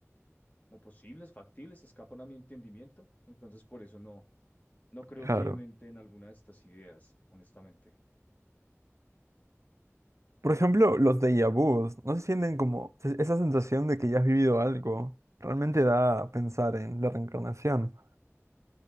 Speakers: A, on the left; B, on the right.
A: como posibles, factibles, escapan a mi entendimiento. Entonces, por eso no, no creo
B: claro.
A: fielmente en alguna de estas ideas, honestamente.
B: Por ejemplo, los déjà vus, ¿no se sienten como se- esa sensación de que ya has vivido algo? Realmente da a pensar en la reencarnación.